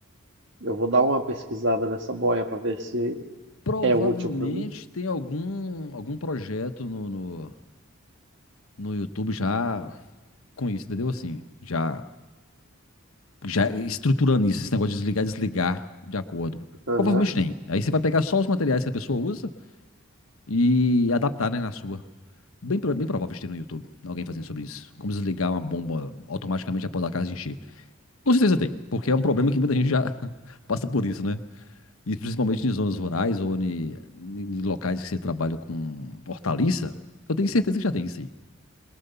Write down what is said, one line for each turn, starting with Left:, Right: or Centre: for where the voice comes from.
Right: Eu vou dar uma pesquisada nessa boia para ver se
Left: Provavelmente
Right: é útil para mim.
Left: tem algum, algum projeto no, no, no YouTube já com isso, entendeu? Assim, já já estruturando isso, esse negócio de desligar e desligar de acordo.
Right: Aham,
Left: Provavelmente tem. Aí você vai pegar só os materiais que a pessoa usa e adaptar, né, na sua. Bem, bem provável de ter no YouTube alguém fazendo sobre isso. Como desligar uma bomba automaticamente após a casa encher. Com certeza tem, porque é um problema que muita gente já <laughs> passa por isso, né? E principalmente em zonas rurais ou em, em locais que você trabalha com hortaliça, eu tenho certeza que já tem isso aí.